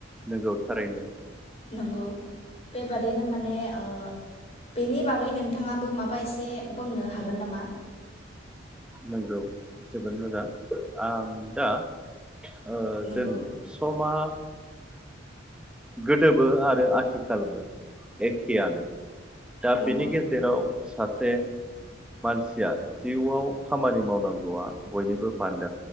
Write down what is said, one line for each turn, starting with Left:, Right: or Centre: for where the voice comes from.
Centre: नंगौ थारैनो।
Left: नंगौ बेबादिनो माने ओ बेनि बागै नोंथाङाबो माबा एसे बोंनो हागोन नामा?
Centre: नंगौ जोबोद मोजां आं दा ओ
Left: नंगौ
Centre: जोङो समा गोदोबो आरो आथिखालबो एखेयानो। दा
Left: नंगौ
Centre: बिनि गेजेराव सासे मानसिया जिउआव खामानि मावनांगौआ बयनिबो बान्दा